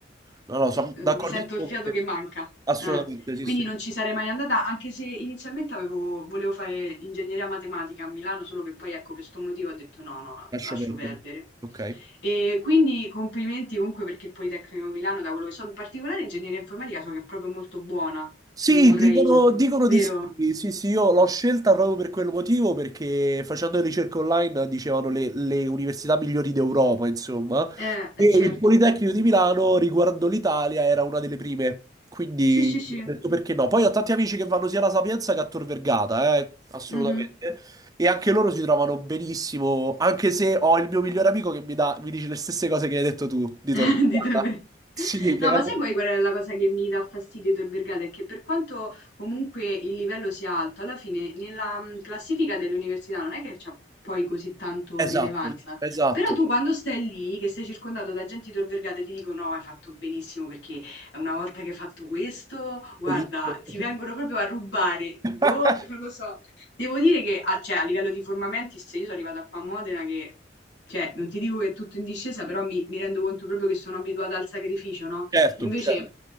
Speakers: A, on the right (about 20°); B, on the left (about 80°).
A: No, no, sono
B: Uhm,
A: d'accordissimo
B: mi sento il fiato
A: con te.
B: che manca.
A: Assolutamente,
B: Eh.
A: sì,
B: Quindi
A: sì,
B: non ci sarei mai andata, anche se inizialmente avevo volevo fare ingegneria matematica a Milano, solo che poi, ecco, per 'sto motivo ho detto: "No, no,
A: lascio
B: lascio
A: perdere.
B: perdere".
A: Ok.
B: E quindi complimenti comunque perché il Politecnico di Milano, da quello che so, in particolare ingegneria informatica, so che è proprio molto buona.
A: Sì,
B: Non vorrei
A: dicono, dicono
B: vero?
A: di sì. Sì, sì, io l'ho scelta proprio per quel motivo, perché facendo le ricerche online dicevano le, le università migliori d'Europa, insomma.
B: Eh,
A: E
B: eh certo.
A: il Politecnico di Milano, riguardo l'Italia, era una delle prime. Quindi
B: Sì, sì, sì.
A: ho detto perché no. Poi ho tanti amici che vanno sia alla Sapienza che a Tor Vergata, eh, assolutamente.
B: Mh-mh.
A: E anche loro si trovano benissimo, anche se ho il mio migliore amico che mi dà, mi dice le stesse cose che hai detto tu di
B: <laughs>
A: Tor Vergata.
B: di Tor Vergata.
A: Sì, che
B: No,
A: era...
B: ma sai poi qual è la cosa che mi dà fastidio di Tor Vergata? È che per quanto comunque il livello sia alto, alla fine nella mm, classifica delle università non è che c'ha poi così tanto
A: Esatto,
B: rilevanza.
A: esatto.
B: Però tu quando stai lì, che sei circondato da gente di Tor Vergata, ti dico no, hai fatto benissimo perché una volta che hai fatto questo, guarda,
A: libero.
B: ti vengono proprio a rubare. Boh,
A: <laughs>
B: non lo so. Devo dire che a, cioè, a livello di formamenti, se io sono arrivata qua a Modena che cioè, non ti dico che è tutto in discesa, però mi, mi rendo conto proprio che sono abituata al sacrificio, no?
A: Certo,
B: Invece
A: certo,